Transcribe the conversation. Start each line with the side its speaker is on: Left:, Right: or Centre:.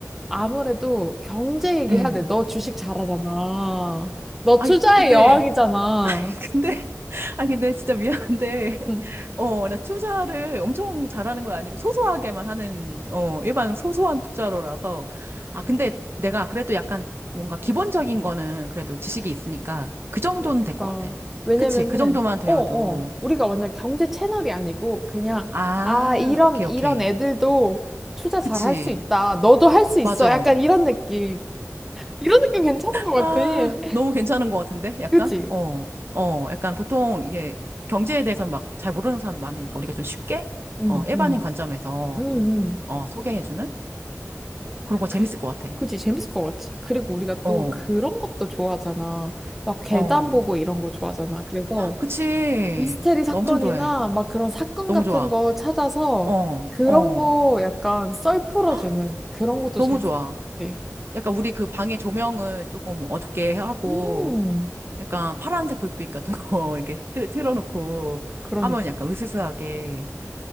Centre: 아무래도 경제 얘기해야
Right: 음.
Centre: 돼. 너 주식 잘하잖아. 너
Right: 아니,
Centre: 투자의
Right: 근데,
Centre: 여왕이잖아.
Right: <laughs> 근데, 아니, 근데 진짜 미안한데, <laughs>
Centre: 응,
Right: 어, 나 투자를 엄청 잘하는 건 아니고, 소소하게만 하는, 어, 일반 소소한 투자로라서. 아, 근데 내가 그래도 약간 뭔가 기본적인 거는 그래도 지식이 있으니까, 그 정도는
Centre: 그러니까.
Right: 될 것 같아.
Centre: 왜냐면은,
Right: 그치? 그 정도만 되어도.
Centre: 어, 어. 우리가 완전 경제 채널이 아니고, 그냥,
Right: 아,
Centre: 아, 이런,
Right: 오케이,
Centre: 이런
Right: 오케이.
Centre: 애들도 투자 잘할
Right: 그치?
Centre: 수 있다. 너도 할 수 있어.
Right: 맞아.
Centre: 약간 이런 느낌. 이런 느낌 괜찮은 것 같아.
Right: 아,
Centre: 예.
Right: 너무 괜찮은 것 같은데? 약간?
Centre: 그치?
Right: 어, 어, 약간 보통 이게 경제에 대해서 막 잘 모르는 사람도 많으니까 우리가 좀 쉽게,
Centre: 응,
Right: 어, 일반인
Centre: 응.
Right: 관점에서
Centre: 응, 응.
Right: 좀, 어, 소개해주는? 그런 거
Centre: 그,
Right: 재밌을 것 같아.
Centre: 그치, 재밌을 것 같지. 그리고 우리가
Right: 어,
Centre: 또 그런 것도 좋아하잖아. 막 계단
Right: 어.
Centre: 보고 이런 거 좋아하잖아. 그래서
Right: 그치.
Centre: 미스테리 사건이나
Right: 나 엄청 좋아해.
Centre: 막 그런 사건
Right: 너무
Centre: 같은
Right: 좋아.
Centre: 거 찾아서
Right: 어,
Centre: 그런
Right: 어.
Centre: 거 약간 썰 풀어주는
Right: 헉,
Centre: 그런 것도
Right: 너무
Centre: 재밌을
Right: 좋아.
Centre: 것 같아.
Right: 약간 우리 그 방의 조명을 조금 어둡게 하고,
Centre: 음,
Right: 약간 파란색 불빛 같은 거 <laughs> 이렇게 틀, 틀어놓고
Centre: 그러니까.
Right: 하면 약간 으스스하게